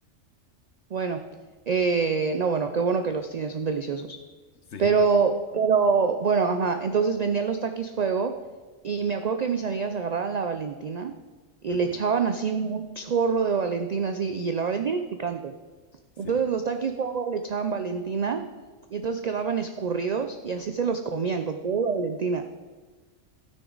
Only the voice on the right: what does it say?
Bueno, eh, no, bueno, qué bueno que los tienen, son deliciosos.
Pero, pero, bueno, ajá. Entonces vendían los taquis fuego y me acuerdo que mis amigas agarraban la Valentina y
le echaban así un chorro de Valentina, así, y la Valentina es picante.
Entonces los taquis fuego le echaban Valentina y entonces quedaban escurridos y así se los comían con todo Valentina.